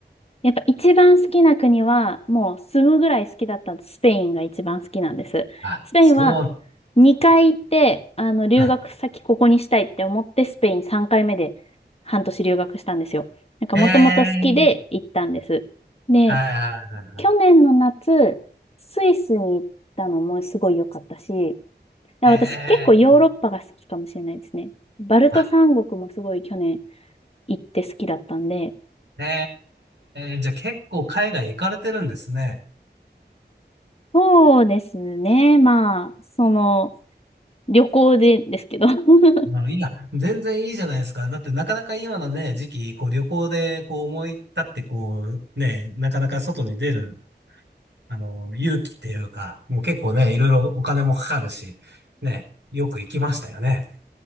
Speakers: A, on the left (about 35°); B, on the right (about 75°).
A: やっぱ一番好きな国は、もう住むぐらい好きだったスペインが一番好きなんです。
B: あ、
A: スペインは
B: そう。
A: 2回行って、あの、留学先ここにしたいって思って、
B: はい。
A: スペイン3回目で半年留学したんですよ。なんかもともと好きで行ったんです。
B: ええ
A: で、
B: はいはいはいはい。
A: 去年の夏、スイスに行ったのもすごい良かったし、だから私結構ヨーロッパが好きかもしれないですね。
B: ええ
A: バルト三国もすごい去年
B: あ、
A: 行って好きだったんで、
B: ええじゃあ結構海外行かれてるんですね。
A: そうですね。まあ、その、旅行でですけど。<laughs>
B: まあ、いや、全然いいじゃないですか。だってなかなか今のね、時期、こう旅行でこう思い立ってこうね、なかなか外に出るあの、勇気っていうか、もう結構ね、いろいろお金もかかるし、ね、よく行きましたよね。